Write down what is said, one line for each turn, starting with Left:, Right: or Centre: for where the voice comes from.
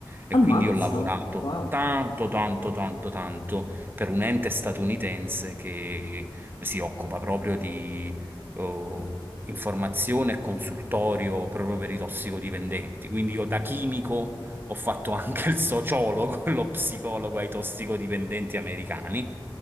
Right: E
Left: ammazza,
Right: quindi ho lavorato
Left: oh, wow,
Right: tanto, tanto, tanto, tanto per un ente statunitense che si occupa proprio di eh, informazione e consultorio proprio per i tossicodipendenti. Quindi io da chimico ho fatto anche il sociologo, <laughs> lo psicologo ai tossicodipendenti americani.